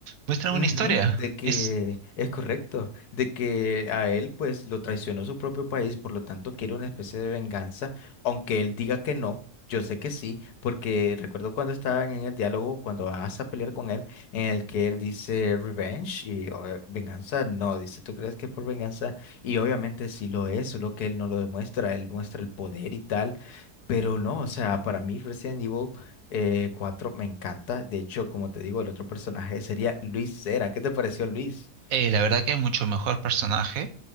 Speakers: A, on the right; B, on the left.
A: Muestra una
B: Ujú,
A: historia.
B: de que
A: Es,
B: es correcto, de que a él pues lo traicionó su propio país, por lo tanto quiere una especie de venganza, aunque él diga que no, yo sé que sí, porque recuerdo cuando estaban en el diálogo, cuando vas a pelear con él, en el que él dice revenge y o, eh, venganza, no, dice, ¿tú crees que es por venganza? Y obviamente sí lo es, solo que él no lo demuestra, él muestra el poder y tal, pero no, o sea, para mí recién Evil eh, cuatro, me encanta. De hecho, como te digo, el otro personaje sería Luis Cera. ¿Qué te pareció Luis?
A: eh, la verdad que es mucho mejor personaje.